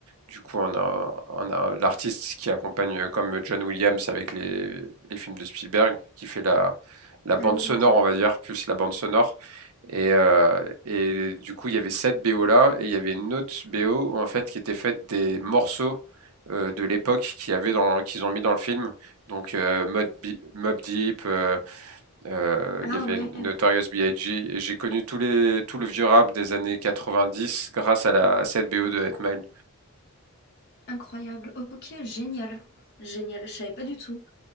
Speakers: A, on the right; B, on the left.
A: Du coup, on a, on a l'artiste qui accompagne, euh, comme John Williams avec les, les films de Spielberg, qui fait la, la bande
B: Ah oui,
A: sonore,
B: ok.
A: on va dire, plus la bande sonore. Et, euh, et du coup, il y avait cette BO là, et il y avait une autre BO en fait qui était faite des morceaux euh, de l'époque qu'il y avait dans, qu'ils ont mis dans le film. Donc, euh, Mob, Mob Deep. euh, euh, il
B: Ah
A: y avait
B: ouais,
A: Notorious B.I.G. et j'ai connu tous les, tout le vieux rap des années 90 grâce à, la, à cette BO de Hit Mile.
B: incroyable. Ok, génial. Génial, je savais pas du tout.